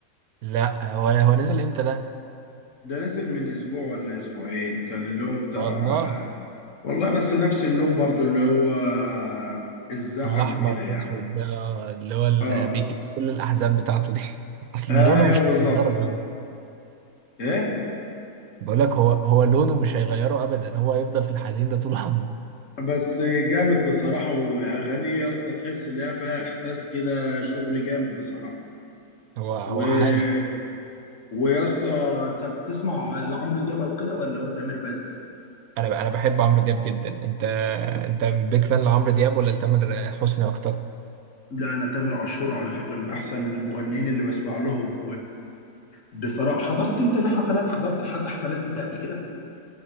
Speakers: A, on the right; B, on the left.
A: لا هو هو نزل امتى ده
B: ده نزل من اسبوع ولا اسبوعين كان اللي هو بتاع
A: والله
B: آه، والله بس نفس اللون برضو اللي هو آه، الزعل
A: الاحمر
B: وكده
A: في
B: يعني
A: اسود ده اللي هو اللي
B: اه
A: بيجيب كل الاحزاب بتاعته دي <laughs> اصل
B: ايوه
A: لونه مش
B: بالظبط
A: متدرب
B: ايه
A: بقول لك هو هو لونه مش هيغيره ابدا هو هيفضل في الحزين ده طول عمره
B: بس جامد بصراحه واغاني يا اسطى تحس ان هي فيها احساس كده شغل جامد بصراحه
A: هو هو
B: و
A: عالي
B: ويا اسطى انت بتسمع لعمرو دياب او كده ولا هو تامر بس
A: انا ب- انا بحب عمرو دياب جدا انت انت بيج فان لعمرو دياب ولا لتامر حسني اكتر
B: لا انا تامر عاشور على فكره من احسن المغنيين اللي بسمع لهم وبصراحه حضرت انت لحفلات حضرت لحد حفلات انت قبل كده